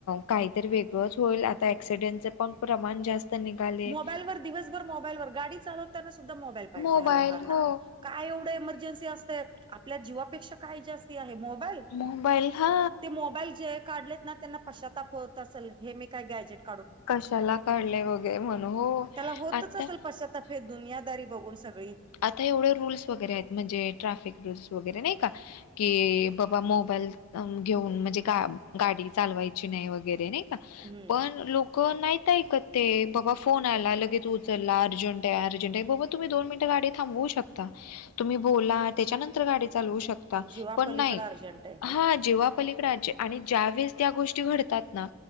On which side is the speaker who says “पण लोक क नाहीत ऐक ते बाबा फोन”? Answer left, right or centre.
Left